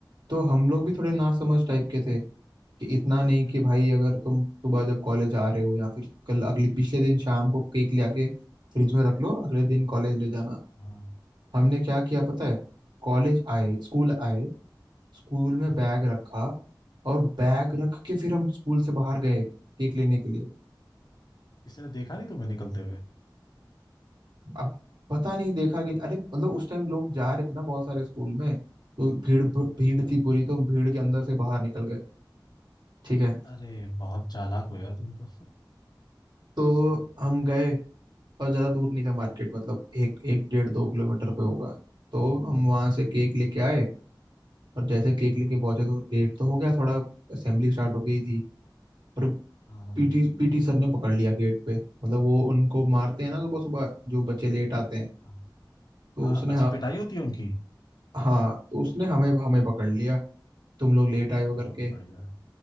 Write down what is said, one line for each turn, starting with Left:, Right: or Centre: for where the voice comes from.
Right: तो हम लोग भी थोड़े नासमझ टाइप के थे कि इतना नहीं
Left: हम्म
Right: कि भाई अगर तुम सुबह जब कॉलेज आ रहे हो या फिर कल अगले पिछले दिन शाम को केक ले आके फ्रिज में रख लो अगले दिन कॉलेज ले जाना
Left: हाँ
Right: हमने क्या किया पता है कॉलेज आए स्कूल आए स्कूल में
Left: हाँ
Right: बैग रखा और बैग रख के फिर हम स्कूल से बाहर गए केक लेने के लिए
Left: किसी ने देखा नहीं तुम्हें निकलते हुए
Right: अब पता नहीं देखा कि अरे मतलब उस टाइम लोग जा रहे थे ना बहुत सारे स्कूल में तो भीड़ भीड़
Left: अच्छा
Right: थी पूरी तो हम भीड़ के अंदर से बाहर निकल गए ठीक है
Left: अरे बहुत चालाक हो यार तुम तो
Right: तो हम गए और ज़्यादा दूर नहीं था मार्केट मतलब एक एक डेढ़ दो किलोमीटर पे होगा तो हम वहाँ से केक लेके आए और जैसे केक लेके पहुंचे तो लेट तो हो गया थोड़ा असेंबली स्टार्ट हो गई थी पर
Left: हाँ
Right: पीटी पीटी सर ने पकड़ लिया गेट पे मतलब वो उनको मारते हैं ना सुबह सुबह जो बच्चे लेट आते हैं
Left: हाँ
Right: तो
Left: हाँ
Right: उसने
Left: अच्छा
Right: हाँ
Left: पिटाई होती है उनकी
Right: हाँ तो उसने हमें हमें पकड़ लिया तुम लोग लेट आए हो
Left: बहुत
Right: करके
Left: बढ़िया